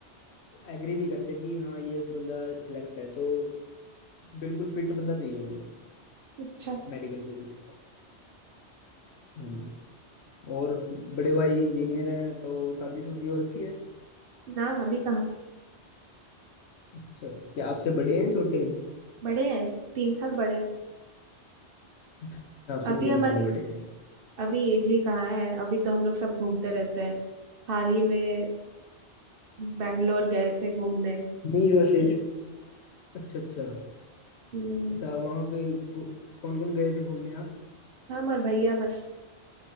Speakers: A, on the left (about 70°); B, on the right (about 60°).
A: एग्री नहीं करते कि हाँ ये बंदा सिलेक्ट है तो बिल्कुल फिट बंदा चाहिए उनको
B: अच्छा
A: Medical fit हाँ जी और बड़े भाई इंजीनियर हैं तो शादी शुदी हो रखी है
B: ना अभी कहाँ
A: अच्छा क्या आपसे बड़े हैं छोटे हैं
B: बड़े हैं तीन साल बड़े हैं
A: अच्छा, आपसे
B: अभी
A: तीन
B: हमारी
A: साल बड़े हैं
B: अभी एज ही कहाँ है अभी तो हम लोग सब घूमते रहते हैं हाल ही में बैंगलोर गए थे घूमने
A: नहीं वैसे अच्छा अच्छा
B: हम्म,
A: अच्छा वहां पे कौन कौन गए थे घूमने आप
B: हम और भैया बस